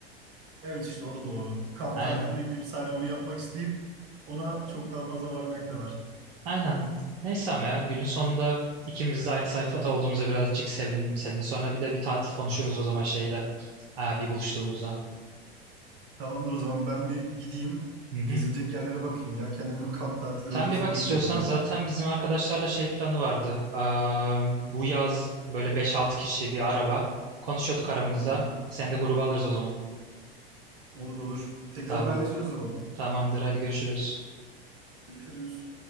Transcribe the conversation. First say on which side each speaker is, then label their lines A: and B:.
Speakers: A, on the right; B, on the right.
A: Evet işte o da doğru. Kamp
B: Aynen
A: tatiline gidip sadece onu yapmak isteyip ona çok daha fazla varmak da var.
B: aynen neyse ama ya günün sonunda ikimiz de aynı sayfada olduğumuza birazcık sevindim seninle sonra bir de bir tatil konuşuruz
A: <laughs>
B: o zaman şeyde aa, bir buluştuğumuzda.
A: Tamamdır o zaman ben bir gideyim.
B: Hı hı.
A: Gezilecek yerlere bakayım ya. Kendime bir kamp tatili rotası
B: Sen bir bak
A: oluşturayım
B: istiyorsan
A: bari.
B: zaten bizim arkadaşlarla şey planı vardı. Aa, bu yaz böyle beş altı kişi bir araba. Konuşuyorduk aramızda.
A: Hı hı.
B: Seni de gruba alırız o zaman.
A: Olur olur. Tekrar
B: Tamam.
A: haberleşiriz o zaman.
B: Tamamdır. Hadi görüşürüz.
A: Görüşürüz.